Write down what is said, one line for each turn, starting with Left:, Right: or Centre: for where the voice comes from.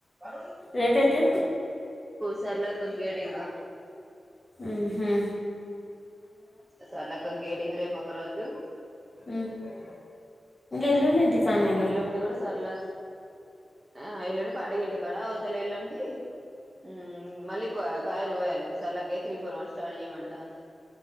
Right: ర
Left: రేపేటు
Right: సర్లేక గేడింగా
Left: ఆహా
Right: సార్లక గేటింగ్ రే పక చు
Left: ఇంక ఎల్లుండి ఇంటికానేగా
Right: ఎల్లు ఉండి కూడా సర్లే ఆ ఎల్లుండి పండుగ ఇంటి కడ అవుతల ఎల్లుండి ఉ మళ్ళీ కాయలు కోయాలి సర్లకే త్రీ ఫోర్ వన్ స్టార్ట్ చేయమంట అంది